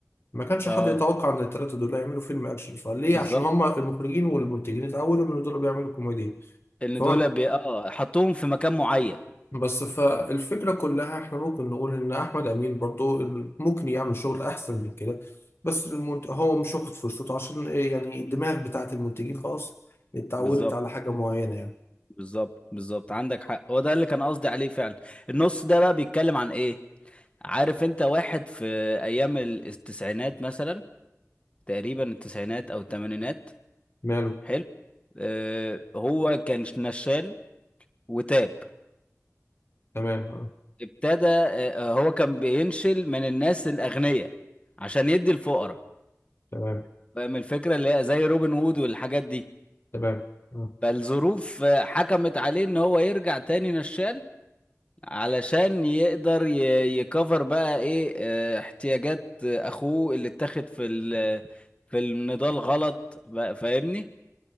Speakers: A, on the left; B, on the left.
A: ما كانش
B: اه
A: حد يتوقع ان الثلاثه دول يعملوا فيلم اكشن فليه
B: بالظبط
A: عشان هما المخرجين والمنتجين اتعودوا ان دول بيعملوا كوميديا
B: ان
A: فهو
B: دول بي... اه حطوهم في مكان معين
A: بس فالفكرة كلها احنا ممكن نقول ان احمد امين برضو ممكن يعمل شغل احسن من كده بس المنت... هو مش واخد فرصته عشان ايه يعني الدماغ بتاعت المنتجين خلاص اتعودت
B: بالظبط
A: على حاجة معينة يعني
B: بالظبط بالظبط عندك حق هو ده اللي كان قصدي عليه فعلا النص ده بقى بيتكلم عن ايه عارف انت واحد في ايام ال- التسعينات مثلا تقريبا التسعينات او الثمانينات
A: ماله
B: حلو آه هو كان نشال وتاب
A: تمام اه
B: ابتدى آه هو كان بينشل من الناس الاغنياء عشان يدي الفقراء
A: تمام
B: فاهم الفكره اللي هي زي روبن وود والحاجات دي
A: تمام اه
B: فالظروف آه، حكمت عليه ان هو يرجع تاني نشال علشان يقدر ي- يكفر بقى ايه آه، احتياجات آه، اخوه اللي اتاخد في ال- في النضال غلط بقى- فاهمني